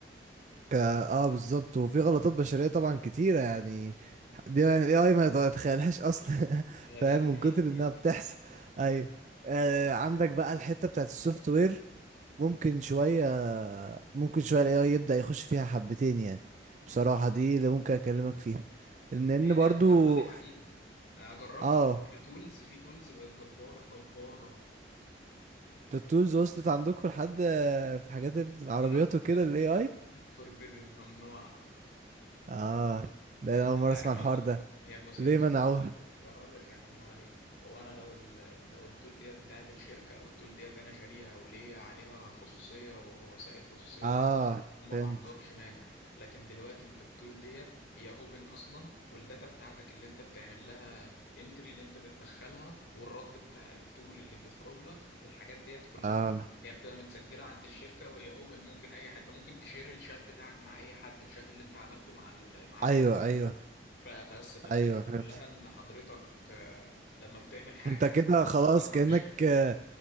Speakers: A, on the right; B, on the left.
A: ك- اه بالظبط وفي غلطات بشرية طبعا كتيرة يعني دي يعني الاي اي ما يتخيلهاش اصلا <laughs>
B: هي
A: فاهم
B: ديت
A: من
B: حقيقه
A: كتر
B: فعلا
A: انها بتحصل ايوه آه عندك بقى الحتة بتاعت السوفت وير ممكن شوية ممكن شوية الاي اي يبدأ يخش فيها حبتين يعني بصراحة دي اللي ممكن اكلمك فيها ان ان
B: هي
A: برضو
B: ديت سهله دي حقيقه آه، جربت
A: اه
B: على فكره تولز في تولز بقت جباره جباره
A: التولز وصلت عندكم لحد آه، في حاجات العربيات
B: لا
A: وكده الاي اي
B: فوربيدن <laughs> ممنوع
A: اه ده انا
B: انت
A: اول مرة
B: عارف
A: اسمع
B: ممنوع
A: الحوار ده
B: هي بص
A: ليه
B: هي بص
A: منعوه
B: وانا اقول لك وانا اقول لك هي ممنوع عليه هو انا لو ال... لو التول ديت بتاعت الشركه او التول ديت انا شاريها وليا عليها خصوصيه ووسائل خصوصيه
A: اه
B: وكده، هما
A: فهمت
B: ما عندهمش مانع لكن دلوقتي انت التول ديت هي اوبن اصلا والداتا بتاعتك اللي انت بتعمل لها انتري اللي انت بتدخلها والرد بتاع التول اللي بيخرج لك الحاجات ديت كلها
A: اه
B: هي بتبقى متسجله عند الشركه وهي اوبن ممكن اي حد انت ممكن تشير الشات بتاعك مع اي حد الشات اللي انت عملته مع ال مع ال
A: ايوه ايوه
B: ف- فبس فالفكرة
A: ايوه فهمت
B: كلها إن حضرتك آه، لما بتعمل حاجة
A: انت كده
B: أنت كده
A: خلاص
B: بتخرج
A: كأنك
B: الشغل
A: آه،